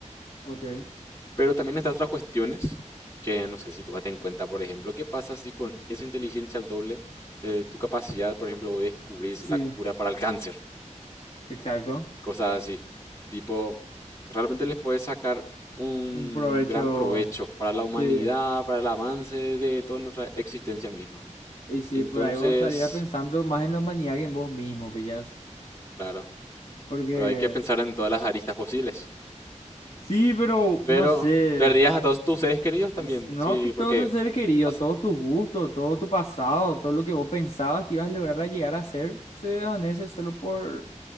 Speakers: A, on the left; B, on the left.
A: ok.
B: Pero también están otras cuestiones que no sé si tú en cuenta, por ejemplo, qué pasa si con esa inteligencia al doble de tu capacidad, por ejemplo, descubrís
A: Sí,
B: la cura para el cáncer.
A: exacto.
B: cosas así. Tipo, realmente les puede sacar un
A: Un provecho.
B: gran provecho para la humanidad,
A: Sí.
B: para el avance de toda nuestra existencia misma.
A: Y sí,
B: Entonces,
A: por ahí vos estarías pensando más en la humanidad que en vos mismo, pillas.
B: claro,
A: Porque.
B: pero hay que pensar en todas las aristas posibles.
A: Sí, pero
B: Pero
A: no sé.
B: perdías a todos tus seres queridos también,
A: Es- No,
B: sí,
A: que todo
B: porque
A: tu ser querido,
B: as-
A: todos tus gustos, todo tu pasado, todo lo que vos pensabas que ibas a lograr a llegar a ser, se desvanece solo por.